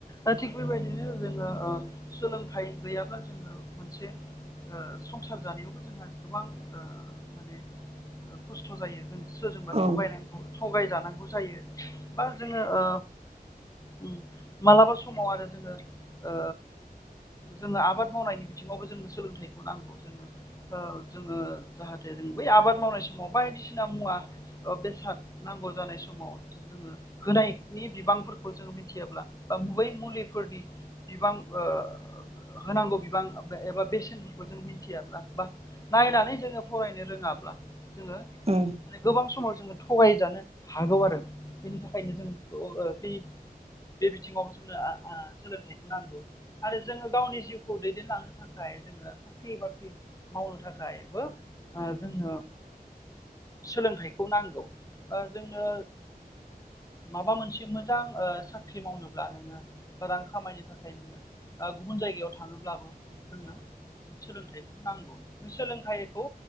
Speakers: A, on the left; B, on the right.
A: अ थिग बेबायदिनो जोङो सोलोंथाइ गैयाब्ला जोङो मोनसे अ संसार जानायावबो जोंहा गोबां अ माने खस्थ' जायो जों सोरजोंबा
B: औ
A: थगायखौ थगायजानांगौ जायो बा जोङो ओ उ मालाबा समाव आरो जोङो ओ जोङो आबाद मावनायनि बिथिङावबो जोंनो सोलोंथाइखौ नांगौ जोङो ओ जोङो जाहाथे जों बै आबाद मावनाय समाव बाय दिसिना मुवा ओ बेसाद नांगौ जानाय समाव जोङो होनायनि बिबांफोरखौ जों मिथियाब्ला बा बै मुलिफोरनि बिबां ओ होनांगौ बिबां एबा बेसेनफोरखौ जों मिथियाब्ला बा नायनानै जोङो फरायनो रोङाब्ला जोङो माने
B: औ
A: गोबां समाव जोङो थगायजानो हागौ आरो। बेनि थाखायनो जों ओ बे बे बिथिङाव जोंनो आ आ सोलोंथाइ नांगौ आरो जोङो गावनि जिउखौ दैदेनलांनो थाखाय जोङो साख्रि बाख्रि मावनो थाखायबो ओ जोंनो सोलोंथाइखौ नांगौ ओ जोंनो माबा मोनसे मोजां ओ साख्रि मावनोब्ला नोङो रां खामायनो थाखाय नोङो ओ गुबुन जायगायाव थाङोब्लाबो
B: <inaudible>
A: जोंनो सोलोंथाइखौ नांगौ नों सोलोंथाइखौ